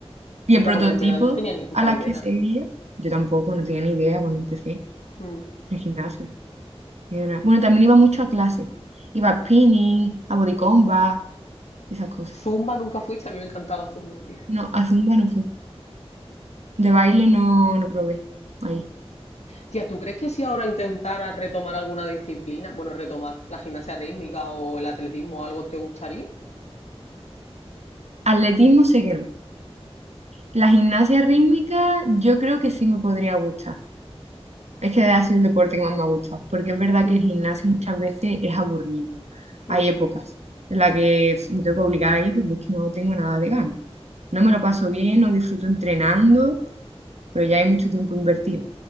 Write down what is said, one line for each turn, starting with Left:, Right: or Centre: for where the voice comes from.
Right: Y el
Left: ya,
Right: prototipo
Left: porque en verdad yo no tenía ni puta
Right: a las
Left: idea.
Right: que seguía, yo tampoco, no tenía ni idea cuando empecé
Left: Mm.
Right: en el gimnasio. ni de nada. Bueno, también iba mucho a clase. Iba a spinning, a body combat, esas cosas.
Left: Zumba nunca fuiste, a mí me encantaba Zumba, tío.
Right: No, a zumba no fui. De baile no, no probé. Ahí.
Left: Tía, ¿tú crees que si ahora intentara retomar alguna disciplina, bueno, retomar la gimnasia rítmica o el atletismo o algo, te gustaría?
Right: Atletismo sé que no. La gimnasia rítmica yo creo que sí me podría gustar. Es que ha sido el deporte que más me ha gustado, porque es verdad
Left: Mm,
Right: que el gimnasio muchas veces es aburrido.
Left: mm,
Right: Hay épocas en las que pf, me tengo que obligar ahí porque es que no tengo nada de ganas. No me lo paso bien, no disfruto entrenando, pero ya hay mucho tiempo invertido.